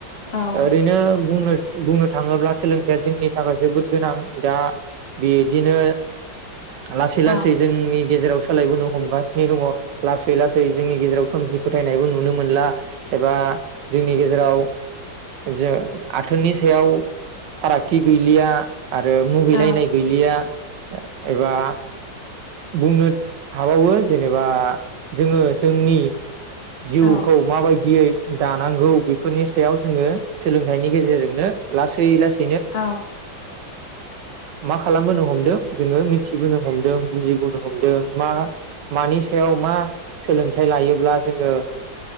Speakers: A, on the left; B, on the right.
A: औ
B: ओरैनो बुंनो बुंनो थाङोब्ला सोलोंथाया जोंनि थाखाय जोबोद गोनां दा बे बिदिनो लासै
A: औ
B: लासै जोंनि गेजेराव सालायबोनो हमगासिनो दङ लासै लासै जोंनि गेजेराव खोमसि फोथायनायबो नुनो मोनला एबा जोंनि गेजेराव जे आथोननि सायाव फारागथि गैलिया आरो मुगैलायनाय
A: नंगौ औ
B: गैलिया एबा बुंनो हाबावो जेनेबा जोङो जोंनि जिउखौ
A: औ
B: माबायदियै दानांगौ बेफोरनि सायाव जोङो सोलोंथाइनि गेजेरजोंनो लासै लासै
A: औ
B: मा खालामबोनो हमदों जोङो मिथिबोनो हमदों बुजिबोनो हमदों मा मानि सायाव मा सोलोंथाइ लायोब्ला जोङो